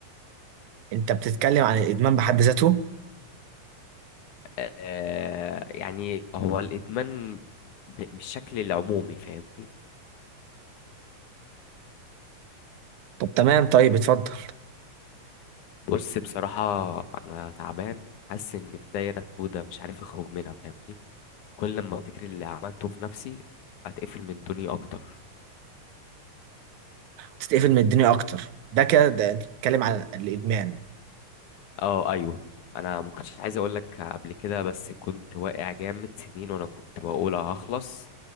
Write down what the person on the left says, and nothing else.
آه، يعني هو الادمان ب- بالشكل العمومي فاهمني
بص بصراحة أنا تعبان حاسس إني في دايرة سودا مش عارف أخرج منها فاهمني كل لما أفتكر اللي عملته في نفسي أتقفل من الدنيا أكتر
أه أيوه أنا ما كنتش عايز أقول لك قبل كده بس كنت واقع جامد سنين وأنا كنت بقول هخلص